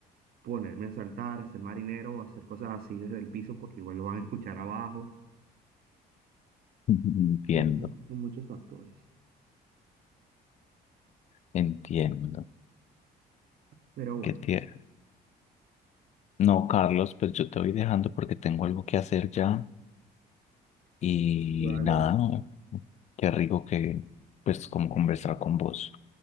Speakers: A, on the right; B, on the left.
A: ponerme a saltar, a ser marinero o hacer cosas así desde el piso, porque igual lo van a escuchar abajo.
B: Ujú, Entiendo,
A: Y son, son muchos factores.
B: entiendo.
A: Pero bueno,
B: Qué tierno. No, Carlos, pues yo te voy dejando porque tengo algo que hacer ya. Y
A: Vale,
B: nada, qué rico que, pues, como conversar con vos.